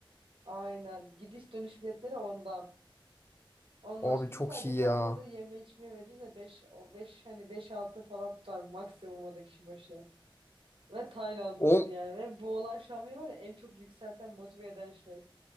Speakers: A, on the right (about 75°); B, on the left (about 25°).
A: Aynen. Gidiş dönüş biletleri ondan. Ondan
B: Abi
A: sonra
B: çok
A: biz sadece
B: iyi
A: kanka
B: ya.
A: orada yeme içmeye vereceğiz ve 5 o 5 hani 5 6 falan tutar maksimum o da kişi başı. Ve Tayland'dasın
B: 10
A: yani. Ve bu olay şu an beni var ya en çok yükselten, motive eden şey.